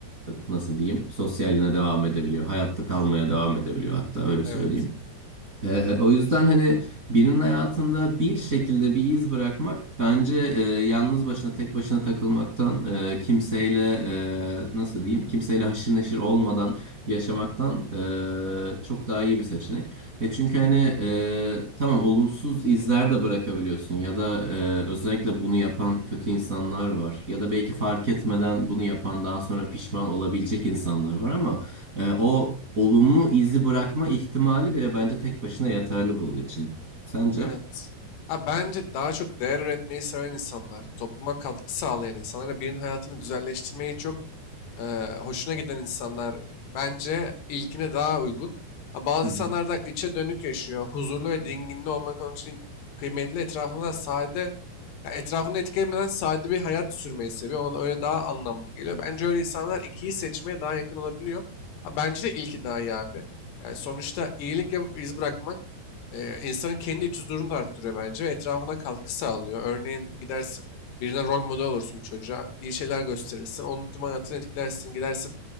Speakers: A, on the right (about 25°); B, on the left (about 75°).
A: nasıl diyeyim sosyaline devam edebiliyor hayatta kalmaya devam edebiliyor hatta öyle
B: evet,
A: söyleyeyim. Ee, o yüzden hani birinin hayatında bir şekilde bir iz bırakmak bence e, yalnız başına tek başına takılmaktan e, kimseyle e, nasıl diyeyim kimseyle haşır neşir olmadan yaşamaktan e, çok daha iyi bir seçenek. E çünkü hani e, tamam olumsuz izler de bırakabiliyorsun ya da e, özellikle bunu yapan kötü insanlar var ya da belki fark etmeden bunu yapan daha sonra pişman olabilecek insanlar var ama e, o olumlu izi bırakma ihtimali bile bence tek başına yeterli bunun için. Sence?
B: evet. Ha, bence daha çok değer üretmeyi seven insanlar, topluma katkı sağlayan insanlar, ve birinin hayatını güzelleştirmeyi çok eee, hoşuna giden insanlar bence ilkine daha uygun. Ha, bazı
A: Hı
B: insanlar
A: hı,
B: da içe dönük yaşıyor. Huzurlu ve dinginli olmak onun için kıymetli. Etrafında da sade, ya etrafını etkilemeden sade bir hayat sürmeyi seviyor. Ona da öyle daha anlamlı geliyor. Bence öyle insanlar ikiyi seçmeye daha yakın olabiliyor. Ha, bence de ilki daha iyi abi. Yani sonuçta iyilik yapıp iz bırakmak eee, insanın kendi iç huzurunu da arttırıyor bence. Etrafına katkı sağlıyor. Örneğin gidersin Birine rol model olursun bu çocuğa. İyi şeyler gösterirsin. Onun tüm hayatını etkilersin. Gidersin